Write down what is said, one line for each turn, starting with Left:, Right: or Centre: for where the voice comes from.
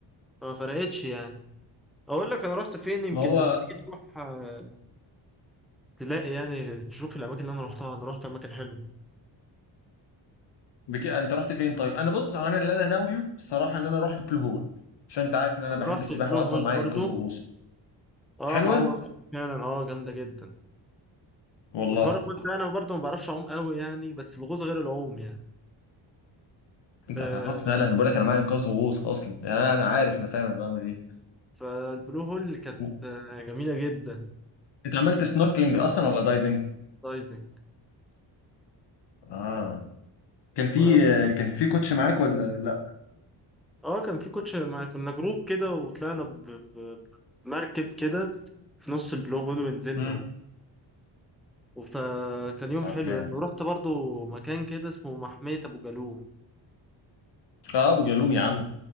Centre: ما فرقتش يعني اقول لك انا رحت فين يمكن
Left: ما هو
Centre: لما تيجي تروح آه، تلاقي يعني تشوف الاماكن اللي انا رحتها انا رحت اماكن حلوه
Left: بك... انت رحت فين طيب؟ انا بص هو انا اللي انا ناويه بصراحه ان انا اروح البلو هول عشان انت عارف ان انا
Centre: انا
Left: بحب
Centre: رحت
Left: السباحه
Centre: البلو
Left: واصلا
Centre: هول
Left: معايا
Centre: برضو
Left: انقاذ وغوص
Centre: اه
Left: حلوه؟
Centre: ما هو فعلا اه جامده جدا
Left: والله
Centre: وفرق قلت انا برضو ما بعرفش اعوم قوي يعني بس الغوص غير العوم يعني
Left: انت
Centre: آه،
Left: هتعرفني يلا انا بقول لك انا معايا انقاذ وغوص اصلا يعني انا أنا عارف انا فاهم انا بعمل ايه
Centre: فالبلو هول كانت
Left: و-
Centre: جميلة جدا
Left: انت عملت سنوركلينج اصلا ولا دايفنج؟
Centre: دايفنج
Left: اه كان
Centre: ف...
Left: في كان في كوتش معاك ولا لا؟
Centre: اه كان في كوتش مع... كنا جروب كده وطلعنا ب... ب... بمركب كده في نص البلو هول ونزلنا
Left: امم
Centre: و- فكان يوم
Left: طب
Centre: حلو
Left: جامد
Centre: يعني ورحت برضو مكان كده اسمه محمية أبو جالوم
Left: اه ابو جالوم يا عم